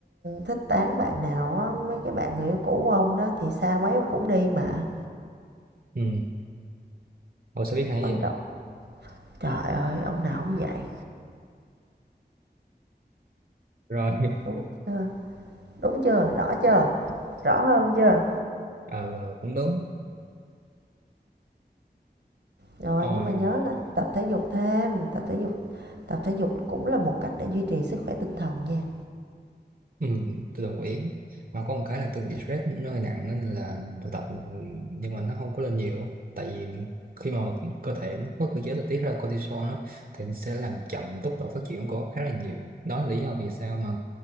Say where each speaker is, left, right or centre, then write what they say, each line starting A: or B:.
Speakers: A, on the right; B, on the right.
A: thích tán bạn nào á mấy cái bạn người yêu cũ của ông đó thì xa mấy ông cũng đi mà
B: Ừ, ôi sao biết hay
A: quan
B: giờ
A: trọng trời ơi ông nào không vậy
B: rồi <laughs>
A: đúng chưa đúng chưa rõ chưa rõ hơn chưa
B: ờ ờ, cũng đúng
A: rồi
B: rồi
A: nhưng mà nhớ là tập thể dục thêm tập thể dục tập thể dục cũng là một cách để duy trì sức khỏe tinh thần nha
B: ừ, tôi đồng ý mà có một cái là tôi bị stress nó hơi nặng nên là tôi tập nhưng mà nó không có lên nhiều tại vì khi mà cơ thể nó có cơ chế là tiết ra cortisol đó thì nó sẽ làm chậm tốc độ phát triển của khá là nhiều đó là lý do vì sao mà